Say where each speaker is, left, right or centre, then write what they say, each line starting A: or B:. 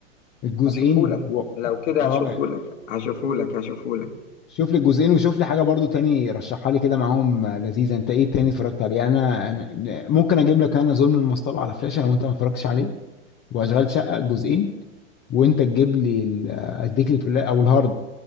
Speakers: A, on the left; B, on the left.
A: الجزئين
B: هشوفهولك
A: و...
B: لو كده
A: اه
B: هشوفهولك هشوفهولك هشوفهولك
A: شوف لي الجزئين وشوف لي حاجه برضو تاني رشحها لي كده معاهم لذيذه انت ايه تاني اتفرجت عليه انا انا ممكن اجيب لك انا ظلم المصطبه على فلاشه لو انت ما اتفرجتش عليه واشغال شقه جزئين وانت تجيب لي ال- اديك البلاي او الهارد